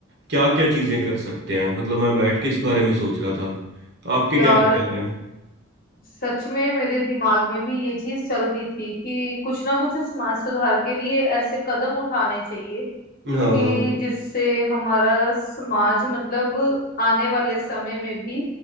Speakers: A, on the right (about 55°); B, on the left (about 45°).
A: क्या क्या चीज़ें कर सकते हैं मतलब मैं बैठ के इस बारे में सोच रहा था आपके
B: यार
A: क्या विचार हैं
B: सच में मेरे दिमाग में भी ये चीज चल रही थी कि कुछ ना कुछ समाज सुधार के लिए ऐसे कदम उठाने चाहिए
A: हाँ
B: कि जिससे हमारा समाज मतलब आने वाले समय में भी